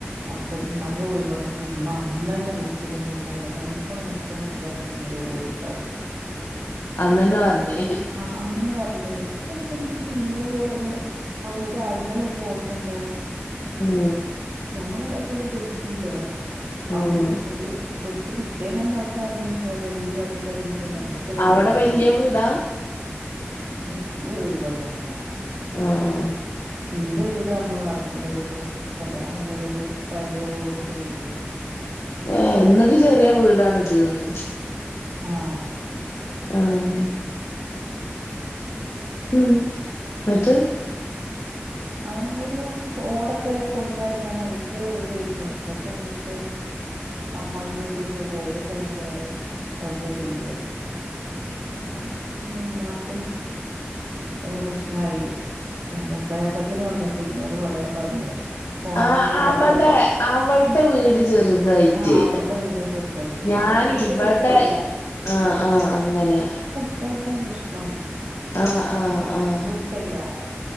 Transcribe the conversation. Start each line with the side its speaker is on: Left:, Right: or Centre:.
Right: അപ്പോ ഇമ്മനോട് പോയി പറഞ്ഞപ്പോ ഇമ്മ അന്നന്നെ വിളിച്ച് എന്നോടറയ എനക്കവ്ട നിക്കാൻ പറ്റില്ല അതല്ലെ ഇങ്ങട്ട് പോര് <unintelligible>
Left: അന്നന്നെ പറഞ്ഞ്
Right: ആഹ് അന്നന്നെ പറഞ്ഞേ പക്ഷെ എന്പ്പ ഇങ്ങനെയൊക്കെ പറയണേ പ്പവഇവര് ആയംതന്നെത് നോക്കണ്ടേ
Left: ഉം
Right: ഞമ്മളേതായാലും അയാല് പെട്ടില്ലേ അവിടുന്ന്
Left: ഉം
Right: ഒരു പെട്ട് പിറ്റേന്നന്നവിടടുന്ന്റിയ പോലെ എന്ത് പറഞ്ഞിട്ട്റിയ്പ പോലെമ്ക്ക് ക്കൊരിതില്യ
Left: അവിടെ വല്യ വീടാ
Right: വല്യ വീടൊന്നല്ല
Left: ആഹ്
Right: ഇന്റെ വീട് അന്ന് വാർപ്പിന്റെ കൂ ടൊവും കല്യാണം കഴിഞ്ഞതൊര് പഴേ ഓടിൻ്റെ വീടാരുന്നു
Left: ഏ ന്നിട്ട് ചെറിയ വീടാണ് ഇത് ന്ന്
Right: ആഹ്
Left: ഉം ഉം ന്ന്ട്ട്
Right: ആ ഒരു ഓടൊക്കെ പൊളിഞ്ഞടിക്കാണ്ട് അങ്ങനത്തക്കെരു വീടേര്ന്നേ അതൊക്കണ്ടിട്ട് അമ്മായിന്റോട്തോൽക്ക് ഓരൊക്കെ ഭയങ്കര വല്ല്യ ടീമേനി അപ്പങ്ങനെ പിന്നിമ്മാക്കും അയിന് പ്രശ്നായി എന്താപ്പേട്ടത്തിന് വന്നിട്ട് ഇന്നോട് കൊറേ പറഞ്ഞ് പോണ്ടാന്നൊക്കെ
Left: ആഹ് അവടെ
Right: പറഞ്ഞിട്ട്
Left: അവൾടെ വീട് ചെറുതായിറ്റ്
Right: ആ അവിടെ വീടാ ചെറുതായിട്ട്
Left: ഞാനിവടെ
Right: അല്ലാതെ ഇന്റെ പെരേലല്ല
Left: ആഹ് ആഹ് അങ്ങനെ
Right: ക്കാലതാണ് പ്രശ്‌ണം
Left: ആഹ് ആഹ് ആഹ്
Right: ട്ടില്ലാ